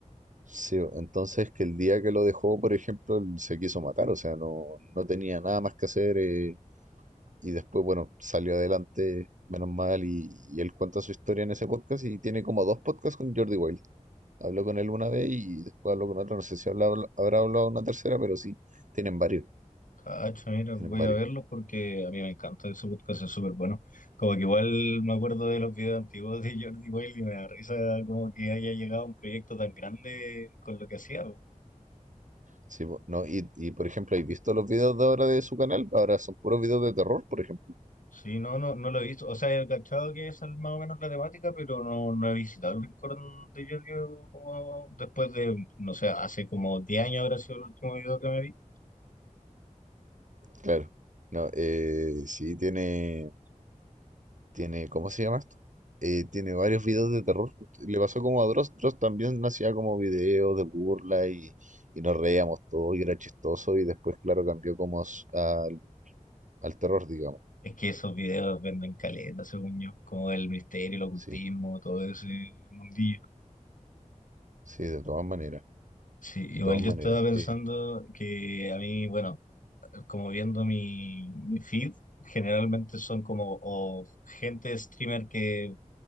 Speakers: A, on the right (about 70°); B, on the left (about 75°).
A: sí, entonces que el día que lo dejó, por ejemplo, él se quiso matar, o sea, no, no tenía nada más que hacer eh, y después, bueno, salió adelante, menos mal, y, y él cuenta su historia en ese podcast y tiene como dos podcasts con Jordi Wild. Habló con él una vez y después habló con otra, no sé si habrá, habrá hablado una tercera, pero sí, tienen varios,
B: Cacho, mira,
A: tienen
B: voy
A: varios.
B: a verlo porque a mí me encanta ese podcast, es súper bueno. Como que igual me acuerdo de los videos antiguos de Jordi Wild y me da risa como que haya llegado a un proyecto tan grande con lo que hacía. po.
A: Sí, po, no, y, y, por ejemplo, ¿has visto los videos de ahora de su canal? Ahora son puros videos de terror, por ejemplo.
B: Sí, no, no, no lo he visto. O sea, he cachado que esa es más o menos la temática, pero no, no he visitado el rincón de Jordi como después de, no sé, hace como 10 años habrá sido el último video que me vi.
A: Claro. No, eh, sí, tiene, tiene, ¿cómo se llama esto? Eh, tiene varios videos de terror. Le pasó como a Dross. Dross también hacía como videos de burla y, y nos reíamos todo y era chistoso y después, claro, cambió como a su- al, al terror, digamos.
B: Es que esos videos venden caleta, según yo, como el misterio, el ocultismo,
A: Sí,
B: todo ese mundillo.
A: sí, de todas maneras,
B: Sí,
A: de
B: igual
A: todas maneras.
B: yo estaba pensando
A: Eh,
B: que a mí, bueno, como viendo mi, mi feed, generalmente son como o gente streamer que